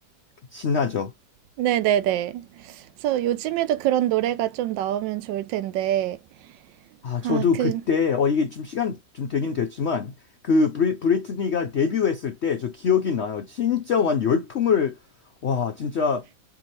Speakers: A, on the left (about 70°); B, on the right (about 85°).
A: 신나죠.
B: 네, 네, 네. 그래서 요즘에도 그런 노래가 좀 나오면 좋을 텐데.
A: 아, 저도
B: 아, 그
A: 그때, 어, 이게 좀 시간 좀 되긴 됐지만, 그 브리, 브리트니가 데뷔했을 때 저 기억이 나요. 진짜 완 열풍을, 와, 진짜